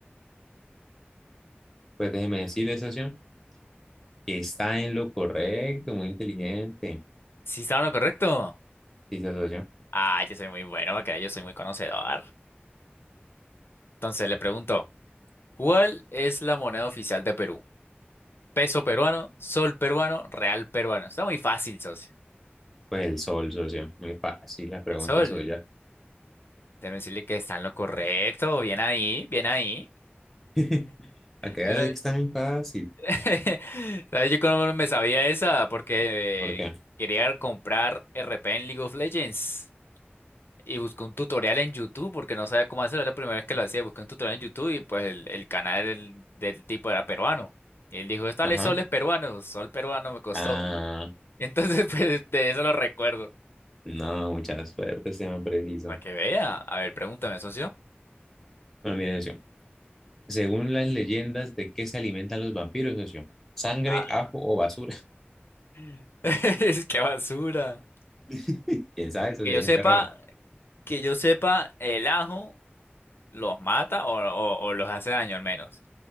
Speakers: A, in the centre; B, on the left.
A: Pues déjeme decirle, socio, que está en lo correcto, muy inteligente.
B: Sí, estaba en lo correcto.
A: Dice, socio,
B: Ah, yo soy muy bueno, acá yo soy muy conocedor. Entonces le pregunto, ¿cuál es la moneda oficial de Perú? Peso peruano, sol peruano, real peruano. Está muy fácil, socio.
A: pues el sol, socio, muy fácil la pregunta
B: El sol.
A: suya.
B: Deben decirle que está en lo correcto. Bien ahí, bien ahí.
A: <laughs> Acá
B: Yo, no-
A: está muy fácil.
B: <laughs> ¿Sabes? Yo cómo no me sabía esa porque
A: ¿Por qué?
B: eh, quería comprar RP en League of Legends. Y busqué un tutorial en YouTube porque no sabía cómo hacerlo. La primera vez que lo hacía, busqué un tutorial en YouTube y pues el, el canal del, del tipo era peruano. Y él dijo, tal
A: Ajá.
B: sol es peruano, sol peruano me costó.
A: Ah,
B: Entonces, <laughs> pues de eso lo recuerdo.
A: no, mucha suerte, este man preciso.
B: Para que vea. A ver, pregúntame, socio.
A: Bueno, mire, socio, según las leyendas, ¿de qué se alimentan los vampiros, socio? ¿Sangre,
B: Ah.
A: ajo o basura?
B: <laughs> Es que basura.
A: <laughs> ¿Quién sabe, socio?
B: Que yo
A: Hay
B: sepa,
A: gente rara.
B: que yo sepa, el ajo los mata o, o- o los hace daño al menos.